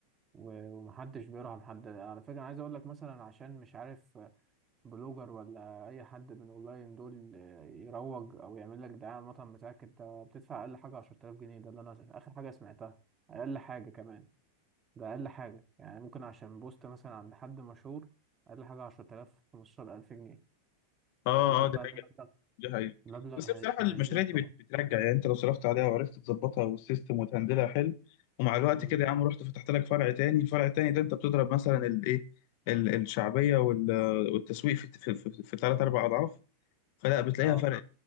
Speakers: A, on the right; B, on the left.
A: و- ومحدش بيرحم حد على فكرة أنا عايز أقول لك مثلا عشان مش عارف بلوجر ولا أي حد من أونلاين دول يروج أو يعمل لك دعاية على المطعم بتاعك أنت بتدفع أقل حاجة 10000 جنيه ده اللي أنا آخر حاجة سمعتها أقل حاجة كمان ده أقل حاجة يعني ممكن عشان بوست مثلا عند حد مشهور أقل حاجة 10000 15000 جنيه
B: اه
A: أعتقد
B: اه دي
A: بقى
B: حقيقة
A: المبلغ
B: دي حقيقة
A: المبلغ
B: بس بصراحة
A: هي- هيزيد
B: المشاريع دي
A: طبعا
B: بت- بترجع يعني انت لو صرفت عليها وعرفت تظبطها والسيستم وتهندلها حلو ومع الوقت
A: مم.
B: كده يا عم رحت فتحت لك فرع تاني الفرع التاني ده انت بتضرب مثلا الايه الشعبية وال- والتسويق في في في, في ثلاث اربع اضعاف فلا بتلاقيها
A: اه
B: فرقت